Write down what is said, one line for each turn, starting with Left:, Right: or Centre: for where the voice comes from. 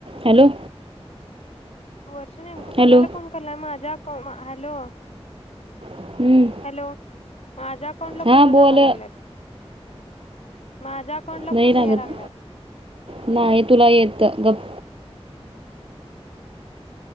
Right: Hello?
Left: वर्षी नेमकं कोणाला
Right: hello
Left: फोन कराल्या माझ्या हॅलो?
Right: हम्म.
Left: हॅलो? माझ्या अकाउंटला
Right: हा
Left: फोन
Right: बोल
Left: लागा लागल्यात माझ्या अकाउंटला
Right: नाही
Left: फोन
Right: लागत
Left: या लागल्यात
Right: ना नाही तुला येत त गप